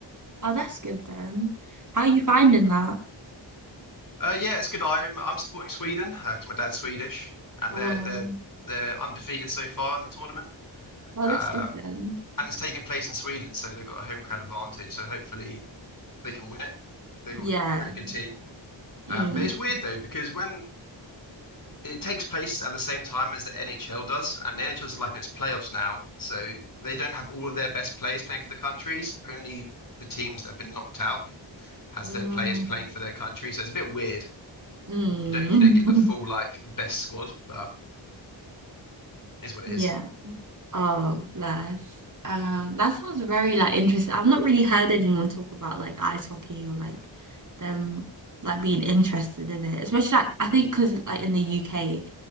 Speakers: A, on the right (about 40°); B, on the left (about 45°).
A: oh, that's good then. How are you finding that?
B: Uh, yeah, it's good. I'm I'm supporting Sweden because my dad's Swedish, and
A: Um,
B: they're they're they're undefeated so far in the tournament.
A: oh,
B: Uh,
A: that's good then.
B: and it's taking place in Sweden, so they've got a home crowd advantage. So hopefully they can win it. They've
A: Yeah.
B: got a pretty good team. Um,
A: Mm,
B: but it's weird though because when it takes place at the same time as the NHL does, and the NHL is like in its playoffs now, so they don't have all of their best players playing for the countries. Only the teams that have been knocked out has
A: mm,
B: their players playing for their country. So it's a bit weird.
A: mm.
B: You don't you don't get
A: <laughs>
B: the full like best squad, but it is what it
A: Yeah.
B: is.
A: Oh, bless. Um, that sounds very like interesting. I've not really heard anyone talk about like ice hockey or like them like being interested in it, especially like I think because like in the UK.